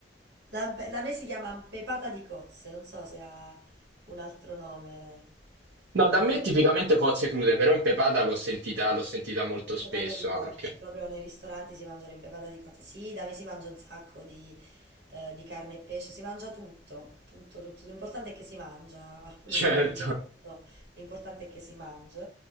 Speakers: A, on the right (about 65°); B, on the right (about 80°).
A: La, la me si chiama pepata di cozze, non so se ha un altro nome.
B: No, da
A: eh.
B: me tipicamente cozze crude, però in pepata l'ho sentita, l'ho sentita molto
A: Impepata
B: spesso
A: di cozze,
B: anche.
A: proprio nei ristoranti si mangia l'impepata di cozze. Sì, da me si mangia un sacco di, eh, di carne e pesce, si mangia tutto, tutto, tutto. L'importante è che si mangia, alcuni
B: Certo.
A: dicono in dialetto, l'importante è che si mangi.